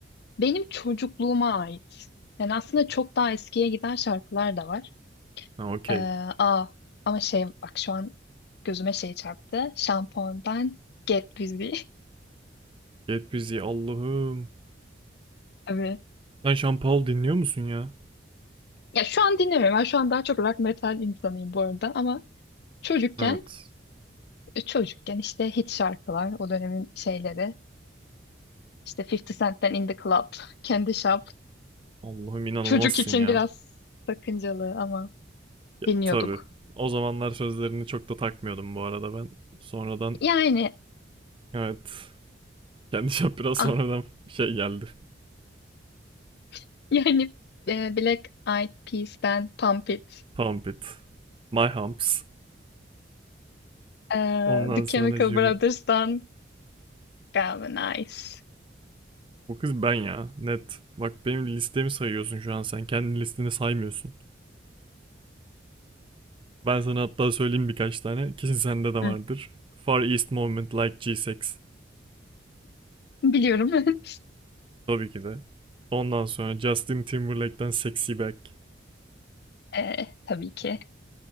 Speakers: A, on the left (about 60°); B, on the right (about 30°).
A: benim çocukluğuma ait. Yani aslında çok daha eskiye giden şarkılar da var.
B: Ha okey.
A: E, aa, ama şey bak şu an gözüme şey çarptı. Şampondan Get Busy. <laughs>
B: Get Busy Allah'ım.
A: Tabii.
B: Sen Sean Paul dinliyor musun ya?
A: Ya şu an dinlemiyorum. Ben şu an daha çok rock metal insanıyım bu arada. Ama çocukken
B: Evet.
A: E, Çocukken işte hit şarkılar, o dönemin şeyleri. İşte 50 Cent'ten In the Club, Candy Shop.
B: Allah'ım inanılmazsın
A: Çocuk için
B: ya.
A: biraz sakıncalı ama
B: Ya,
A: dinliyorduk.
B: tabii. O zamanlar sözlerini çok da takmıyordum bu arada ben. Sonradan
A: Yani
B: evet. Kendi <laughs> şap biraz
A: ah,
B: sonradan şey geldi.
A: <laughs> yani e, Black Eyed Peas'ten Pump It,
B: Pump it. My humps.
A: e,
B: Ondan
A: The
B: sonra
A: Chemical
B: sonracığıma.
A: Brothers'tan Galvanize.
B: Bu kız ben ya. Net. Bak benim listemi sayıyorsun şu an sen. Kendi listeni saymıyorsun. Ben sana hatta söyleyeyim birkaç tane. Kesin sende de vardır.
A: Hı.
B: Far East Movement Like G6.
A: Biliyorum. <laughs>
B: Tabii ki de. Ondan sonra Justin Timberlake'den Sexy Back.
A: E, tabii ki.